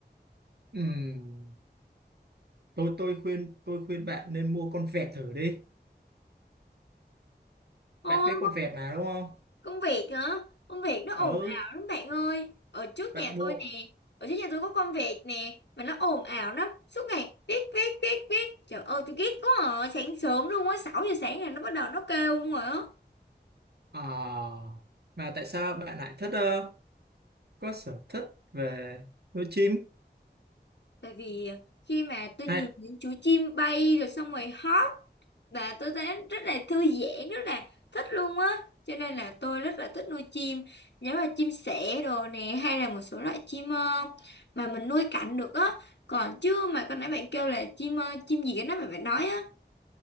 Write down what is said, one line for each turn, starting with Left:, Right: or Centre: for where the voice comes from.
Right: Ừm, tôi tôi khuyên tôi khuyên bạn nên mua con vẹt thử đi. Bạn
Left: Ôi,
Right: biết con
Left: có-
Right: vẹt mà đúng không?
Left: công việc hả? Công việc nó ồn
Right: Ừ,
Left: ào lắm bạn ơi. Ở trước
Right: bạn
Left: nhà
Right: mua.
Left: tôi nè, ở trước nhà tôi có con vẹt nè, mà nó ồn ào lắm, suốt ngày viết viết viết viết. Trời ơi, tôi ghét quá à, sáng sớm luôn á, 6 giờ sáng là nó bắt đầu nó kêu luôn rồi á.
Right: Ờ, mà tại sao bạn lại thích ờ, có sở thích về nuôi chim?
Left: Tại vì khi mà tôi
Right: Hay
Left: nhìn những chú chim bay rồi xong rồi hót và tôi thấy rất là thư giãn, rất là thích luôn á. Cho nên là tôi rất là thích nuôi chim, giống là chim sẻ đồ nè hay là một số loại chim ờ, mà mình nuôi cảnh được á. Còn chứ mà con nãy bạn kêu là chim ờ, chim gì cái đó mà bạn nói á